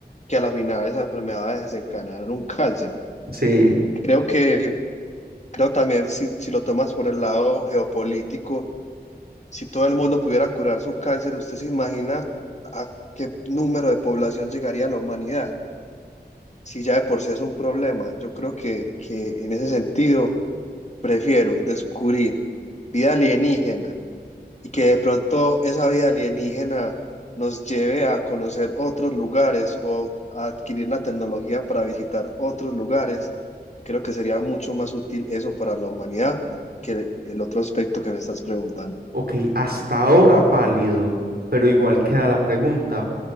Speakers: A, on the left; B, on the right.
A: que a la final esas enfermedades desencadenan un cáncer.
B: Sí.
A: Creo que, creo también, si, si lo tomas por el lado geopolítico, si todo el mundo pudiera curar su cáncer, ¿usted se imagina a qué número de población llegaría la humanidad? Si ya de por sí es un problema, yo creo que, que en ese sentido prefiero descubrir vida alienígena y que de pronto esa vida alienígena nos lleve a conocer otros lugares o a adquirir la tecnología para visitar otros lugares. Y creo que sería mucho más útil eso para la humanidad que el otro aspecto que me estás preguntando.
B: Ok, hasta ahora válido, pero igual queda la pregunta,